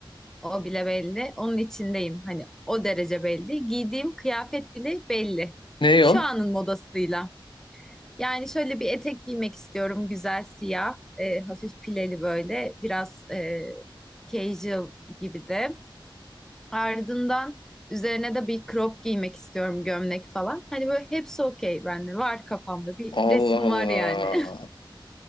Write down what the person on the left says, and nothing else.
Ne
o?
Allah
Allah.